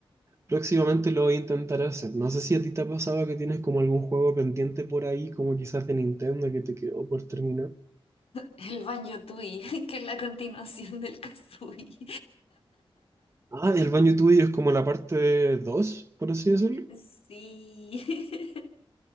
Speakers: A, on the right; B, on the left.
A: próximamente lo voy a intentar hacer. No sé si a ti te ha pasado que tienes como algún juego pendiente por ahí, como quizás de Nintendo que te quedó por terminar.
B: El Banjo Tui, <laughs> que es la continuación del Kazooie.
A: Ah, el baño tuyo es como la parte dos por así decirlo,
B: Sí. <laughs>